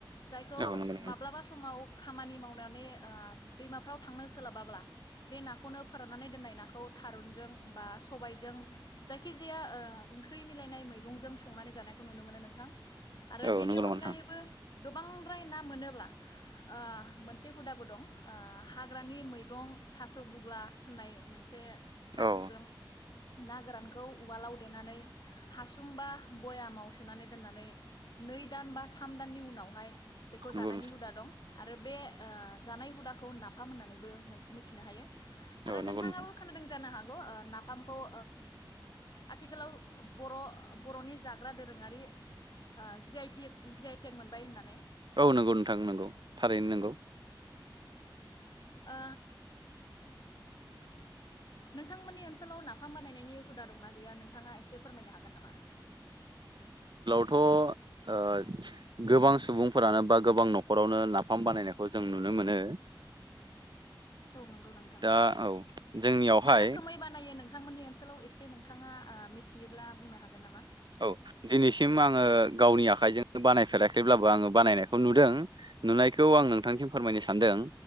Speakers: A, on the left; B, on the right.
A: जायखौ
B: नंगौ
A: माब्लाबा समाव खामानि मावनानै ओ दैमाफ्राव थांनो सोलाबाब्ला बे नाखौनो फोराननानै दोननाय नाखौ थारुनजों बा सबायजों जायखिजाया ओंख्रि ओ मिलायनाय मैगंजों संनानै जानायखौ नुनो मोनो नोंथां आरो
B: औ
A: बेनि
B: नंगौ
A: अनगायैबो
B: औ नोंथां औ नंगौ नोंथां
A: बांद्राय ना मोनोब्ला ओ मोनसे हुदाबो दं ओ हाग्रानि मैगं थास' बुग्ला होननाय मोनसे थास'जों
B: औ नंगौ नोंथां औ
A: ना गोरानखौ उवालाव देनानै हासुं बा भयामाव सोनानै दोननानै नै दान बा थाम दाननि उनाव बेहाय बेखौ
B: नंगौ
A: जानायनि हुदा दं। आरो बे ओ जानाय हुदाखौ नाफाम होननानैबो नों मिथिनो हायो।
B: नोंथां
A: आरो
B: औ
A: नोंथाङाबो
B: नंगौ नोंथां
A: खोनादों जानो हागौ? नाफाम खौ ओ आथिखालाव बर' बर'नि जाग्रा दोरोङारि ओ जि आइ जि आइ टेक मोन बाय होननानै
B: औ नंगौ नोंथां नंगौ थारैनो नोंगौ।
A: ओ। नोंथांमोननि ओनसोलाव नाफाम बानायनायनि हुदा दंना गैया? नोंथाङा एसे बे फोरमायनो हागोन नामा?
B: थ' ओ गोबां सुबुंफोरानो बा गोबां न'खरावनो नाफाम बानायनायखौ जों नुनो मोनो।
A: औ नंगौ नोंथां
B: दा औ जोंनियावहाय
A: मा रोखोमै बानायो नोंथांमोननि आथिखालाव एसे नोंथाङा मिथियोब्ला बुंनो हागोन नामा?
B: औ दिनैसिम आङो गावनि आखाइजों बानायफेराखैब्लाबो आङो बानायनायखौ नुदों, नुनायखौ आं नोंथांसिम फोरमायनो सानदों।